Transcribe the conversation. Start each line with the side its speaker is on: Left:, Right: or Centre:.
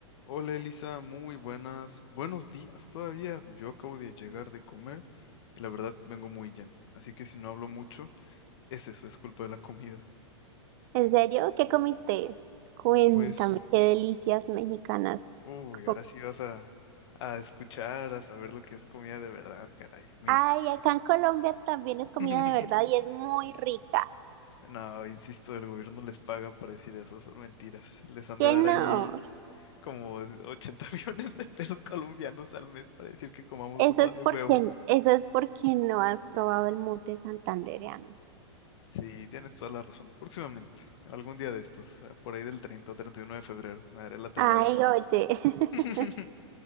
Left: Hola Elisa, muy buenas, buenos días todavía. Yo acabo de llegar de comer y la verdad vengo muy lleno. Así que si no hablo mucho, es eso, es culpa de la comida.
Right: ¿En serio? ¿Qué comiste? Cuéntame,
Left: Pues,
Right: qué delicias mexicanas.
Left: uy,
Right: com-
Left: ahora sí vas a, a escuchar, a saber lo que es comida de verdad, caray. Mira.
Right: Ay, acá en Colombia también es comida
Left: <laughs>
Right: de verdad y es muy rica.
Left: No, insisto, el gobierno les paga para decir eso, son mentiras. Les han
Right: ¿Qué
Left: de dar
Right: no?
Left: ahí como 80 <laughs> millones de pesos colombianos al mes para decir que comamos
Right: Eso
Left: sopa
Right: es
Left: de
Right: porque,
Left: huevo
Right: eso es porque no has probado el mute santandereano.
Left: Sí, tienes toda la razón. Próximamente, algún día de estos, eh, por ahí del 30 o 31 de febrero, me daré la tarea
Right: Ay,
Left: de...
Right: oye. <laughs>
Left: <laughs>